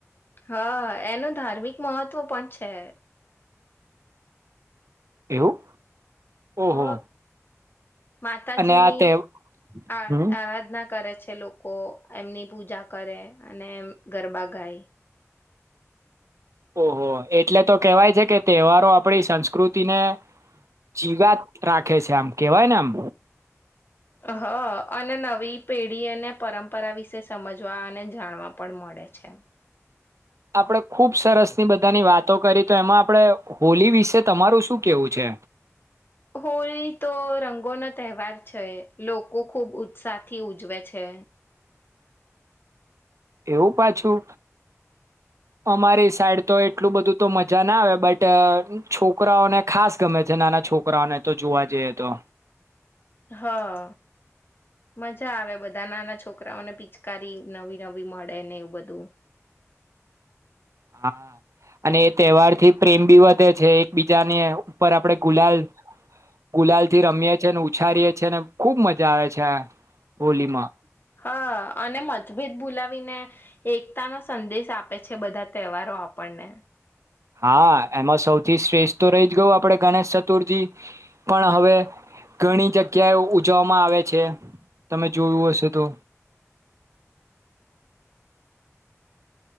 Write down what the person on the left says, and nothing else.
હા એનું ધાર્મિક મહત્ત્વ પણ છે
હ માતાજીની
આ
આરાધના કરે છે લોકો એમની પૂજા કરે અને એમ ગરબા ગાય
હ અને નવી પેઢી અને પરંપરા વિશે સમજવા અને જાણવા પણ મળે છે
હોળી તો રંગોનો તહેવાર છે લોકો ખુબ ઉત્સાહથી ઉજવે છે
હા મજા આવે બધા નાના છોકરાઓને પિચકારી નવી નવી મળે ને એવું બધું
હા અને મતભેદ બોલાવીને એકતા નો સંદેશ આપે છે બધા તહેવારો આપણને